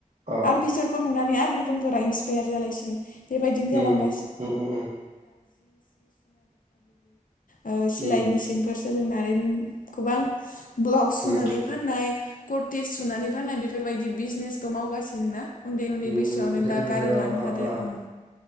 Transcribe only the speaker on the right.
अ
उम उम उम
उम
उम
उम
उम
नुदो
नुदो
अ अ
अ